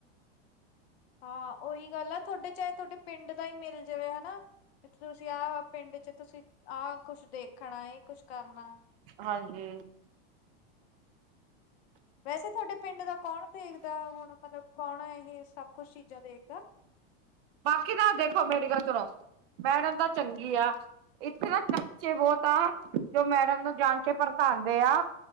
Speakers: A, on the left (about 85°); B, on the right (about 65°).
A: ਹਾਂ, ਉਹੀ ਗੱਲ ਆ, ਤੁਹਾਡੇ ਚਾਹੇ ਤੁਹਾਡੇ ਪਿੰਡ ਦਾ ਹੀ, ਮਿਲ ਜਾਵੇ ਹੈਨਾ। ਤੁਸੀਂ ਆਹ ਪਿੰਡ ਚ, ਤੁਸੀਂ ਆਹ ਕੁਛ ਦੇਖਣਾ, ਇਹ ਕੁਛ ਕਰਨਾ।
B: ਹਾਂਜੀ।
A: ਵੈਸੇ, ਤੁਹਾਡੇ ਪਿੰਡ ਦਾ ਕੌਣ ਦੇਖ ਦਾ ਹੁਣ ਮਤਲਬ, ਕੌਣ ਇਹ ਸਭ ਕੁਛ ਚੀਜ਼ਾਂ ਦੇਖਦਾ।
B: ਬਾਕੀ ਤਾਂ ਦੇਖੋ, ਮੇਰੀ ਗੱਲ ਸੁਣੋ, ਮੈਡਮ ਤਾਂ ਚੰਗੀ ਆ। ਇੱਥੇ ਨਾ ਚਮਚੇ ਬਹੁਤ ਆ, ਜੋ ਮੈਡਮ ਨੂੰ ਜਾਣ ਕੇ ਭੜਕਾਉਂਦੇ ਆ।